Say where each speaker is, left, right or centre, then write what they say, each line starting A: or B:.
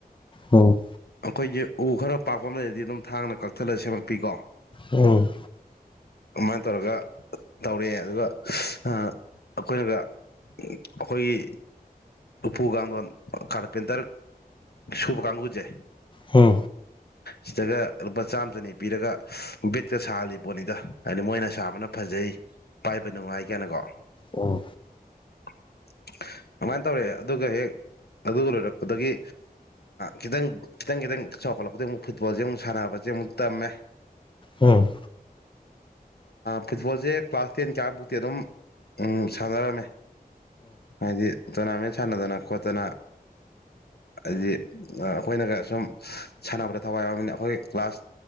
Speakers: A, on the left; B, on the left.
A: ꯑꯣ
B: ꯑꯩꯈꯣꯏꯒꯤꯦ ꯎ ꯈꯔ ꯄꯥꯛꯄ ꯑꯃꯗꯗꯤ ꯑꯗꯨꯝ ꯊꯥꯡꯅ ꯀꯛꯊꯠꯂ ꯁꯦꯝꯃꯛꯄꯤꯀꯣ
A: ꯎꯝ
B: ꯑꯗꯨꯃꯥꯏꯅ ꯇꯧꯔꯒ ꯇꯧꯔꯛꯑꯦ ꯑꯗꯨꯒ ꯑꯩꯈꯣꯏꯅꯒ ꯑꯩꯈꯣꯏꯒꯤ ꯎꯄꯨ ꯀꯥꯡꯊꯣꯟ ꯀꯔꯄꯦꯟꯇꯔ ꯁꯨꯕ ꯀꯥꯡꯕꯨꯁꯦ
A: ꯍꯝ
B: ꯁꯤꯗꯒ ꯂꯨꯄꯥ ꯆꯥꯝꯃ ꯆꯅꯤ ꯄꯤꯔꯒ ꯕꯦꯠꯀ ꯁꯥꯍꯜꯂꯤ ꯄꯣꯠꯅꯤꯗ ꯍꯥꯏꯗꯤ ꯃꯣꯏꯅ ꯁꯥꯕꯅ ꯐꯖꯩ ꯄꯥꯏꯕ ꯅꯨꯡꯉꯥꯏ ꯀꯥꯏꯅꯀꯣ
A: ꯑꯣ
B: <inaudible> ꯀꯃꯥꯏꯅ ꯇꯧꯔꯑꯦ ꯑꯗꯨꯒ ꯍꯦꯛ ꯑꯗꯨ ꯂꯣꯏꯔꯛꯄꯗꯒꯤ ꯈꯤꯇꯪ ꯈꯤꯇꯪ ꯈꯤꯇꯪ ꯆꯥꯎꯈꯠꯂꯛꯄꯗꯒꯤ ꯑꯃꯨꯛ ꯐꯨꯠꯕꯣꯜꯁꯦ ꯑꯃꯨꯛ ꯁꯥꯟꯅꯕꯁꯦ ꯑꯃꯨꯛ ꯇꯝꯃꯦ
A: ꯎꯝ
B: ꯐꯨꯠꯕꯣꯜꯁꯦ ꯀ꯭ꯂꯥꯁ ꯇꯦꯟ ꯀꯥꯏꯐꯥꯎꯛꯇꯤ ꯑꯗꯨꯝ ꯁꯥꯟꯅꯔꯝꯃꯦ ꯑꯗꯤ ꯇꯣꯔꯅꯥꯃꯦꯟ ꯁꯥꯟꯅꯗꯅ ꯈꯣꯠꯇꯅ ꯍꯥꯏꯗꯤ ꯑꯩꯈꯣꯏꯅꯒ ꯁꯨꯝ ꯁꯥꯟꯅꯕꯗ ꯊꯋꯥꯏ ꯌꯥꯎꯕꯅꯤꯅ ꯑꯩꯈꯣꯏ ꯀ꯭ꯂꯥꯁ